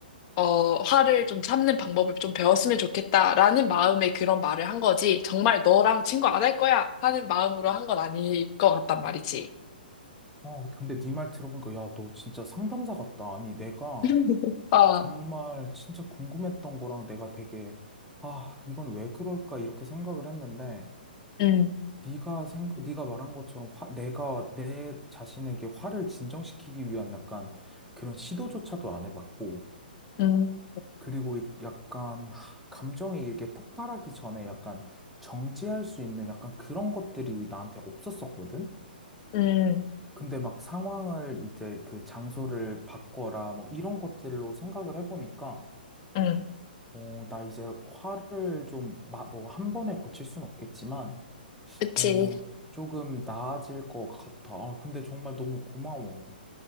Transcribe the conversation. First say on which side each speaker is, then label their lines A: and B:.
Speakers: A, on the left; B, in the centre.
A: 어, 화를 좀 참는 방법을 좀 배웠으면 좋겠다라는 마음에 그런 말을 한 거지. 정말 너랑 친구 안 할 거야 하는 마음으로 한 건 아닐 것 같단 말이지.
B: 어, 근데 네 말 들어보니까, 야, 너 진짜 상담사 같다. 아니, 내가
A: <laughs> 아,
B: 정말 진짜 궁금했던 거랑 내가 되게 아, 이건 왜 그럴까 이렇게 생각을 했는데
A: 음,
B: 네가 생 네가 말한 것처럼 화, 내가 내 자신에게 화를 진정시키기 위한 약간 그런 시도조차도 안 해봤고
A: 음,
B: 그리고 이- 약간 하, 감정이 이게 폭발하기 전에 약간 정지할 수 있는 약간 그런 것들이 나한테 없었었거든.
A: 음,
B: 근데 막 상황을 이제 그 장소를 바꿔라 뭐 이런 것들로 생각을 해보니까
A: 음,
B: 어, 나 이제 화를 좀, 마, 뭐, 한 번에 고칠 순 없겠지만,
A: 그치.
B: 어, 조금 나아질 것 같아. 아, 근데 정말 너무 고마워.